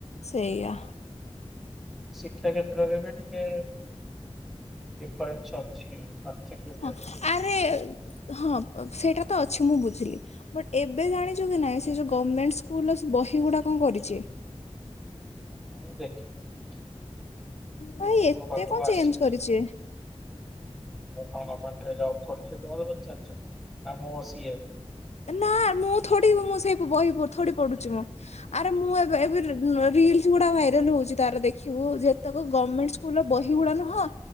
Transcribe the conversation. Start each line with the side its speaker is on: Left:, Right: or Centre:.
Left: ସେଇଆ
Centre: ଶିକ୍ଷା କ୍ଷେତ୍ରରେ ବି ଟିକେ ଡିଫରେନ୍ସ ଅଛି। ଚା
Left: ହଁ
Centre: <inaudible>
Left: ଆରେ ହଁ ସେ ସେଇଟା ତ ଅଛି ମୁଁ ବୁଝିଲି ବଟ ଏବେ ଜାଣିଛୁ କି ନାଇଁ ସେ ଯୋଉ ଗମେଣ୍ଟ ସ୍କୁଲର ସେ ବହି ଗୁଡା କଣ କରିଛି। <inaudible>
Centre: ମୁଁ ଦେଖିଛି ଦେଖିଛି
Left: ପୁଣି ଏତେ
Centre: ମୋ ପାଖକୁ
Left: କଣ ଚେଞ୍ଜ
Centre: ଆସିଛି।
Left: କରିଛି
Centre: ମୁଁ କଣ ଗମେଣ୍ଟ ରେ ଜବ କରଛି ତମେ ମତେ ପଚାରୁଛ ଆ ମୁଁ ସିଏ
Left: ନାଁ ମୁଁ ଥୋଡି ମୁଁ ସେଇ ବହି ଥୋଡି ପଢୁଛି ମୁଁ ମୁଁ ଏବେ ଏବେ ରି ରିଲ୍ସ ଗୁଡା ଭାଇରାଲ ହଉଛି ତାର ଦେଖିବୁ ଯେତେକ ଗମେଣ୍ଟ ସ୍କୁଲର ବହିଗୁଡା ହଁ